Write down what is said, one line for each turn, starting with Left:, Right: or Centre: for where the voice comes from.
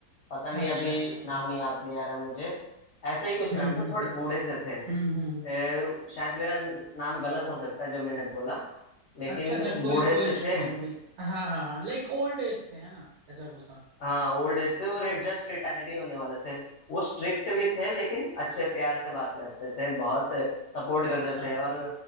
Left: पता नहीं
Right: अच्छा
Left: अभी
Right: अच्छा
Left: नाम
Right: हाँ
Left: याद नहीं आ रहा मुझे ऐसा ही कुछ
Right: हम्म
Left: नाम था
Right: हम्म
Left: थोड़े
Right: हम्म
Left: बूढ़े से थे
Right: हम्म हम्म, हम्म।
Left: ए, शायद मेरा नाम गलत हो सकता है जो मैंने बोला लेकिन
Right: अच्छा अच्छा कोई
Left: बूढ़े
Right: कोई
Left: से
Right: इशू
Left: थे
Right: नहीं वही हाँ हाँ हाँ लाइक ओल्ड एज थे है ना ऐसा कुछ था
Left: हाँ ओल्ड एज थे वो जस्ट रिटायर ही होने वाले थे वो स्ट्रिक्ट भी थे लेकिन अच्छे प्यार से बात करते थे बहुत सपोर्ट
Right: अच्छा
Left: करते थे
Right: हम्म
Left: और